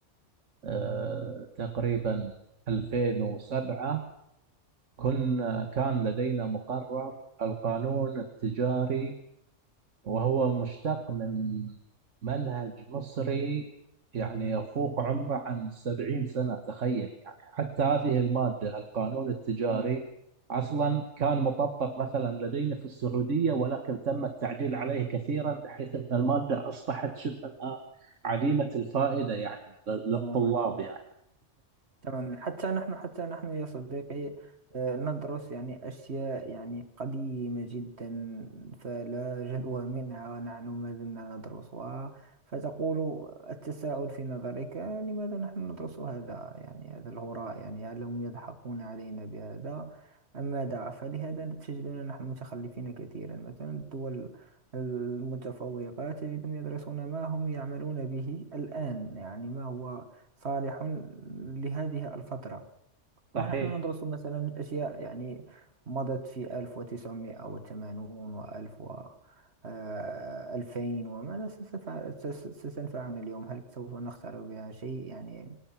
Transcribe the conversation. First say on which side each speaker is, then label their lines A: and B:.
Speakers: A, on the right; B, on the right.
A: آه، تقريبا 2007 كنا كان لدينا مقرر القانون التجاري وهو مشتق من منهج مصري يعني يفوق عمره عن السبعين سنة تخيل يعني حتى هذه المادة القانون التجاري
B: مم.
A: أصلا كان مطبق مثلا لدينا في السعودية ولكن تم التعديل عليه كثيرا بحيث أن المادة أصبحت شبه الآن عديمة الفائدة يعني للطلاب
B: تماما
A: يعني
B: تماما حتى نحن حتى نحن يا صديقي آه، ندرس يعني أشياء يعني قديمة جدا فلا جدوى منها ونحن ما زلنا ندرسها فتقول التساؤل في نظرك لماذا نحن ندرس هذا يعني هذا الهراء يعني هل هم يضحكون علينا بهذا أم ماذا فلهذا تجدنا نحن متخلفين كثيرا مثلا الدول المتفوقة تجدهم يدرسون ما هم يعملون به الآن يعني ما هو صالح لهذه الفترة ونحن
A: صحيح
B: ندرس مثلا أشياء يعني مضت في 1980 وألف و آه، 2000 وماذا ستفع- ستس- ستنفعنا اليوم هل سوف نخترع بها شيء يعني